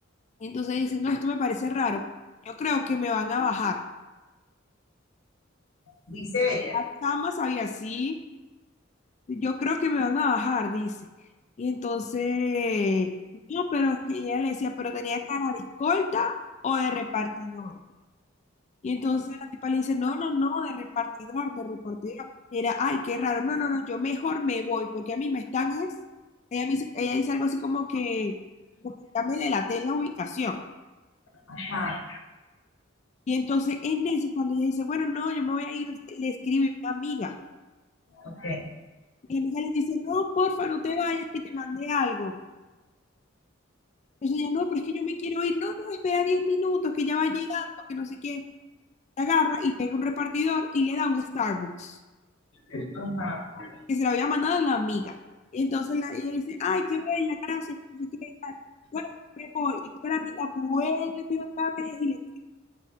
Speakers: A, on the left (about 35°); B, on the left (about 85°).
A: Y entonces dice, no, esto me parece raro. Yo creo que me van a bajar.
B: dice ella.
A: La chama sabía así, yo creo que me van a bajar, dice. Y entonces, no, pero es que ella le decía, pero tenía cara de escolta o de repartidor. Y entonces la tipa le dice, no, no, no, de repartidor, de repartidor. era, ay, qué raro, no, no, no, yo mejor me voy, porque a mí me están es, ella, me dice, ella dice algo así como que, como que ya me delaté la ubicación.
B: Ajá,
A: Y entonces en eso, cuando ella dice, bueno, no, yo me voy a ir, le escribe una amiga.
B: Okay.
A: Y la amiga le dice, no, porfa, no te vayas, que te mandé algo. Entonces ella, no, pero es que yo me quiero ir, no, no, espera 10 minutos, que ya va llegando, que no sé qué. La agarra y llega un repartidor y le da un Starbucks.
B: Ajá.
A: que se lo había mandado la amiga. Y entonces la- ella dice, ay, qué bella, gracias, no sé qué tal. Bueno, me voy. Y toda la amiga vuelve otra vez y le,